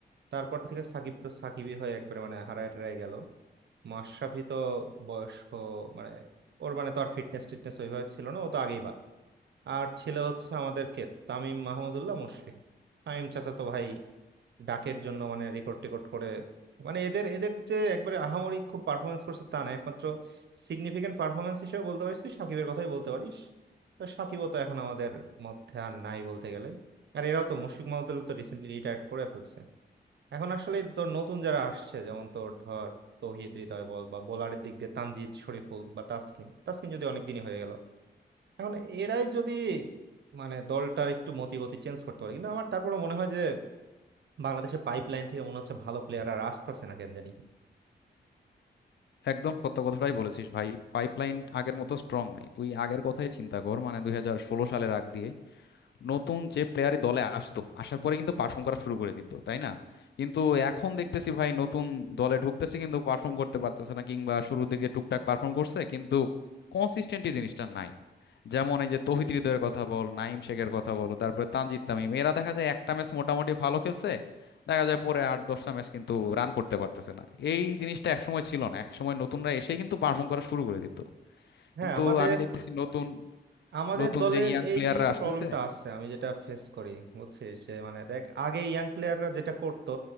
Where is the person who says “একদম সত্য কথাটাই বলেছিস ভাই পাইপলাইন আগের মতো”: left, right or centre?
Left